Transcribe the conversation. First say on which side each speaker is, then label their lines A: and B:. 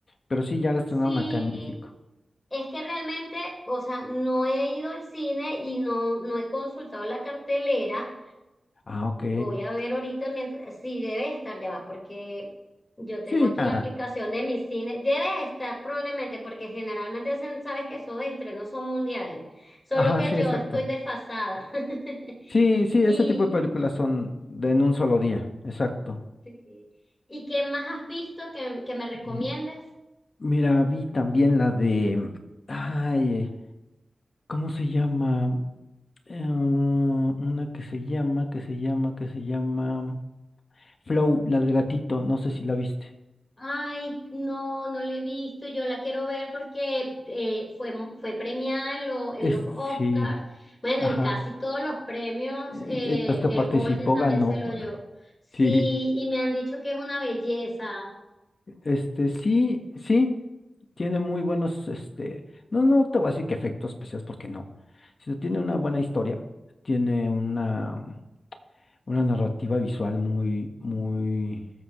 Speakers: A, on the left (about 55°); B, on the left (about 30°).
A: Pero sí, ya la estrenaron
B: Sí,
A: acá en México.
B: Es que realmente, o sea, no he ido al cine y no, no he consultado la cartelera.
A: Ah, ok.
B: Voy a ver ahorita mientras, sí, debe estar ya va, porque yo tengo
A: Sí,
B: aquí
A: ya.
B: la aplicación de mi cine. Debe estar probablemente, porque generalmente se- sabes que esos estrenos son mundiales. Solo
A: Ajá,
B: que
A: sí,
B: yo
A: exacto.
B: estoy desfasada. <laughs>
A: Sí, sí,
B: Y,
A: ese tipo de películas son de en un solo día, exacto.
B: sí. ¿Y qué más has visto que, que me recomiendes?
A: M- Mira, vi también la de, ay, ¿cómo se llama? Eh, una que se llama, que se llama, que se llama Flow, la del gatito, no sé si la viste.
B: Ay, no, no la he visto, yo la quiero ver porque eh, fue, fue premiada en, lo- en
A: Es,
B: los Oscars,
A: sí,
B: bueno,
A: ajá.
B: en casi todos los premios,
A: eh,
B: eh,
A: eh, Las que
B: el
A: participó
B: Golden también
A: ganó.
B: se lo
A: <laughs>
B: llevó. Sí,
A: Sí,
B: y me han dicho que es una belleza,
A: este, sí, sí. Tiene muy buenos, este, no, no te voy a decir que efectos especiales porque no, sino tiene una buena historia, tiene una, una narrativa visual muy, muy,